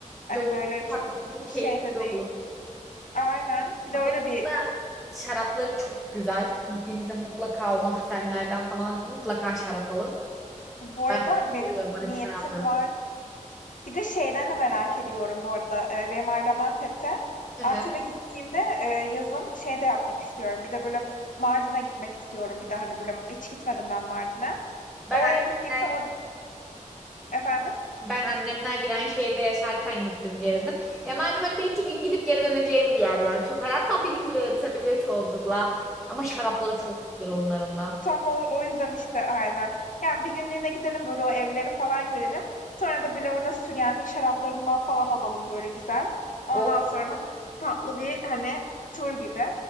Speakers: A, on the left (about 80°); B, in the centre.
A: Hani
B: Doğru,
A: böyle
B: çok
A: çok
B: haklısın. Çok
A: şey
B: keyifli
A: de
B: de olur.
A: değil. Aynen. Bir de
B: Kapadokya'da
A: öyle bir
B: şarapları çok güzel. Gittiğinizde mutlaka o mahzenlerden falan mutlaka şarap alın.
A: Bu arada
B: Ben çok
A: benim
B: seviyorum oradaki
A: niyetim
B: şarapları.
A: var. Bir de şeyden de merak ediyorum bu arada. Eee, benim ailem Antep'te.
B: Hı
A: Antep'e
B: hı.
A: gittiğimde, eee, yazın şey de yapmak istiyorum. Bir de böyle Mardin'e gitmek istiyorum. Bir de hani böyle hiç gitmedim ben Mardin'e.
B: Ben
A: Oraya
B: annemler,
A: gittiğimde or Efendim?
B: ben annemler Viranşehir'de yaşarken gittim gezdim. Ya malum öyle bir iki gün gidip geri döneceğim bir yer ya. Çok hatta bir gün bile yetebiliyor çoğunlukla. Ama şarapları çok güzel onların da.
A: Tam o, o yüzden işte aynen. Yani bir günlüğüne gidelim böyle o evleri falan görelim. Sonra da böyle orada Süryani şaraplarından falan alalım böyle güzel. Ondan
B: O
A: sonra böyle tatlı bir hani tur gibi.